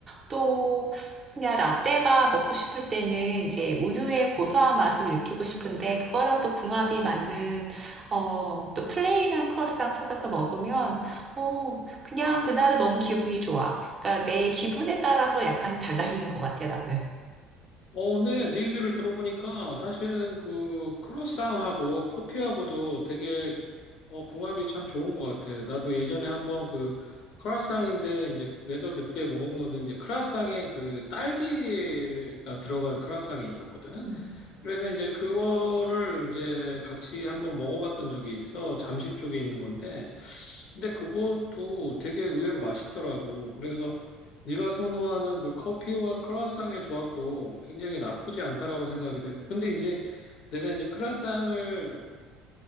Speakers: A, on the right; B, on the left.
A: 또 그냥 라떼가 먹고 싶을 때는 이제 우유의 고소한 맛을 느끼고 싶은데 그거랑 또 궁합이 맞는 어, 또 플레인한 크로상 찾아서 먹으면 어, 그냥 그날은 너무 기분이 좋아. 그러니까 내 기분에 따라서 약간씩 달라지는 것 같아, 나는.
B: 어, 근데 네 얘기를 들어보니까 사실은 그 크로스상하고 커피하고도 되게 어, 궁합이 참 좋은 것 같아. 나도 예전에 한번 그 크라상인데 이제 내가 그때 먹은 거는 이제 크라상에 그 딸기가 들어간 크라상이 있었거든.
A: 음,
B: 그래서 이제 그거를 이제 같이 한번 먹어봤던 적이 있어. 잠실 쪽에 있는 건데. 근데 그것도 되게 의외로 맛있더라고. 그래서 네가 선호하는 그 커피와 크루아상의 조합도 굉장히 나쁘지 않다라고 생각이 돼. 근데 이제 내가 이제 크루아상을